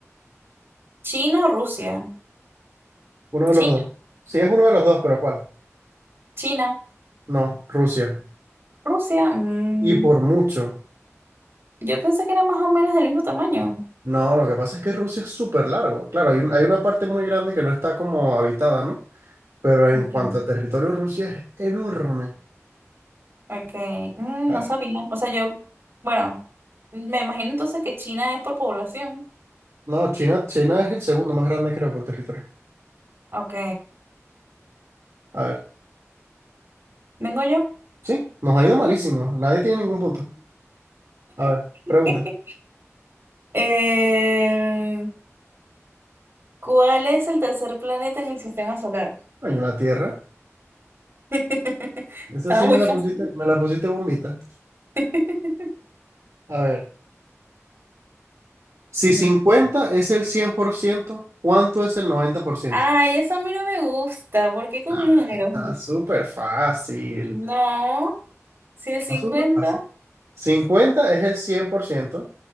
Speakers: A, on the right; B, on the right.
A: China o Rusia.
B: Uno de
A: China,
B: los dos. Sí, es uno de los dos, pero ¿cuál?
A: China,
B: No, Rusia.
A: Rusia. mm,
B: Y por mucho.
A: yo pensé que era más o menos del mismo tamaño.
B: No, lo que pasa es que Rusia es súper largo. Claro, hay un- hay una parte muy grande que no está como habitada, ¿no? Pero en
A: Ok,
B: cuanto a territorio, Rusia es enorme.
A: ok, mm,
B: A
A: no
B: ver.
A: sabía. O sea, yo, bueno, me imagino entonces que China es por población.
B: No, China, China es el segundo más grande, creo, por territorio.
A: Ok,
B: A ver.
A: vengo yo.
B: Sí, nos ha ido malísimo. Nadie tiene ningún punto. A ver,
A: <laughs>
B: pregunta.
A: Eh, ¿cuál es el tercer planeta en el sistema solar?
B: Coño, la Tierra.
A: <laughs>
B: Esa
A: Estaba
B: sí
A: muy
B: me la
A: fácil.
B: pusiste, me la pusiste bombita.
A: <laughs>
B: A ver, si
A: Ujú.
B: 50 es el 100%, ¿cuánto es el 90%?
A: Ay, eso a mí no me gusta. ¿Por qué con
B: Ah,
A: números?
B: está
A: <laughs>
B: súper fácil.
A: No. Si el
B: Está
A: cincuenta
B: súper fácil. 50 es el 100%.